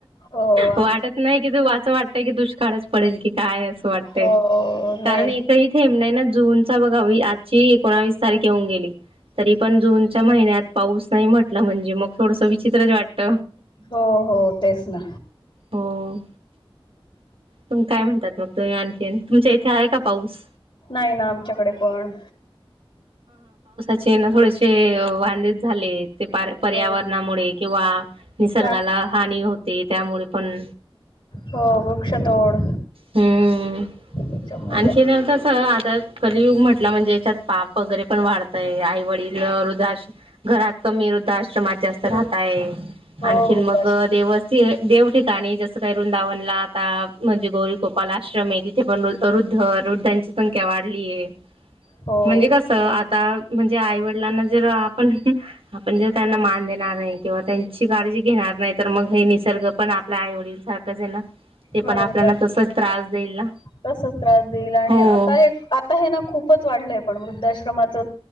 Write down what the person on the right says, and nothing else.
वाटत
नाही कि तू असं वाटत की दुष्काळच पडेल की काय असं वाटतय
कारण एकही थेंब नाही ना. जून बघा आजची एकोस तारखे होऊन गेली तरी पण जूनच्या महिन्यात पाऊस नाही म्हटला म्हणजे मग थोडस विचित्रच वाटत.
हो तुम काय म्हणतात मग आणखीन तुमच्या इथे आहे का पाऊस
चे ना थोडेसे वांदेच झाले. ते पर्यावरणामुळे
किंवा निसर्गाला
हानी होते त्यामुळे पण
हम्म
आणखी
न कस. तर कलियुग म्हटला म्हणजे याच्यात पाप वगैरे पण वाढतय आई वडील हृद घरात कमी वृद्ध आश्रमात जास्त
राहतय
आणखीन
मग देव चं देव ठिक गाणी जसं काय वृंदावनला आता म्हणजे गौरी गोपाल आश्रम ये ति थ पण वृद्ध वृद्धांची संख्या वाढली ये
म्हणजे कस आता म्हणजे आईवडिलांना जर आपण आपण जर त्यांना मान दे णार नाही किंवा त्यांची काळजी घेणार नाही तर मग हे निसर्ग पण आपल्या आई वडील सारखंच ये ना ते
पण आपल्याना
तसच त्रास देईल ना?
हो